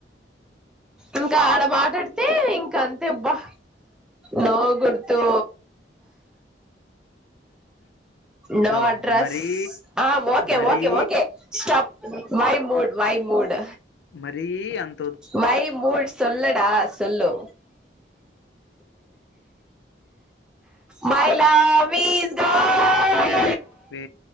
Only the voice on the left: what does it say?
దో
మరీ
మరీ
మరీ అంత్.
వే